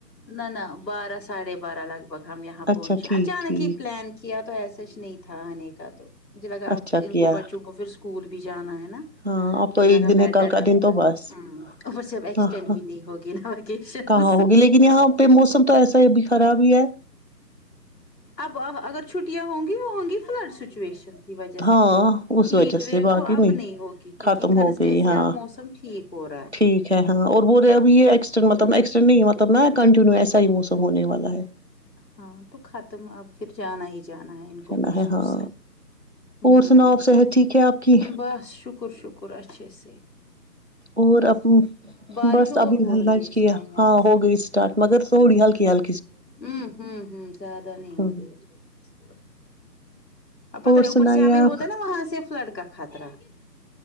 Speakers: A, on the left; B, on the right.
A: نہ نہ بارہ ساڑھے بارہ لگ بھگ ہم یہاں پہنچے
B: اچھا ٹھیک
A: اچانک
B: ٹھیک
A: ہی پلان کیا تو ایساچ نہیں تھا آنے کا تو مجھے لگا اب
B: اچھا
A: ان
B: کیا
A: کو بچوں کو پھر اسکول بھی جانا ہے نا
B: ہاں اب
A: مجھے
B: تو
A: لگا
B: ایک دن
A: بیٹر
B: ہے کل
A: رہے
B: کا دن
A: گا
B: تو بس
A: ہوں اور جب ایکسٹینڈ
B: ہاں ہاں
A: بھی نہیں ہوگی نا وکیشن
B: کہاں ہوگی لیکن یہاں پہ موسم تو ایسا ہی ابھی خراب ہی ہے
A: اب اگر چھٹیاں ہوں گی وہ ہوں گی فلڈ سچویشن کی وجہ
B: ہاں
A: سے
B: اس
A: ہیٹ
B: وجہ سے
A: ویو
B: باقی
A: تو اب نہیں ہوگی کیونکہ
B: ختم
A: تھرزڈے
B: ہو گئی
A: سے
B: ہاں
A: اب موسم ٹھیک ہو رہا ہے
B: ٹھیک ہاں اور بول رہے اب یہ ایکسٹند مطلب ایکسٹنڈ نہیں مطلب نا کنٹینو ایسا ہی موسم ہونے والا ہے
A: ہاں تو ختم اب پھر جانا ہی جانا ہے ان کو
B: کہنا
A: پرسوں
B: ہے ہاں
A: سے ہوں
B: اور سناؤ آپ صحت ٹھیک ہے آپ کی
A: بس شک کر شکر اچھے سے
B: اور اپنی
A: بارش
B: بس
A: اور
B: ابھی
A: ہو رہی
B: لنچ
A: ہے اس
B: کیا
A: ٹائم یہاں
B: ہاں
A: سے
B: ہو گئی اسٹارٹ مگر تھوڑی ہلکی ہل
A: ہمم ہوں ہوں زیادہ نہیں ہو
B: ہوں
A: رہی تھوڑی سی ا پتہ
B: اور
A: نہیں
B: سنائیے
A: اوپر سے ہمیں
B: آپ
A: ہوتا ہے نا وہاں سے فلڈ کا خطرہ